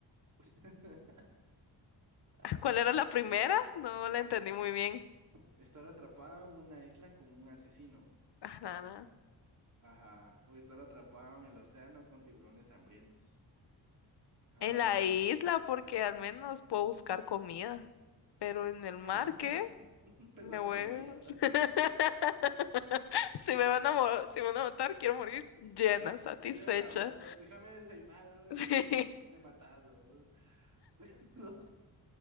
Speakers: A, on the right; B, on the left.
A: <laughs> A la
B: ¿Cuál era
A: ve-
B: la primera? No la entendí muy bien.
A: Estar atrapado en una isla con un asesino.
B: Ah, nada.
A: Ajá. O estar atrapado en el océano con tiburones hambrientos. Ah,
B: En
A: la
B: la
A: verdad.
B: isla, porque al menos puedo buscar comida. Pero
A: <laughs>
B: en el mar, ¿qué?
A: Pensando
B: Me voy.
A: en comida.
B: <laughs> Si me van a, mo- si me van a matar, quiero morir llena, satisfecha.
A: Todavía no, déjame desayunar, bro,
B: Sí.
A: y después me matas, bro. <laughs> No,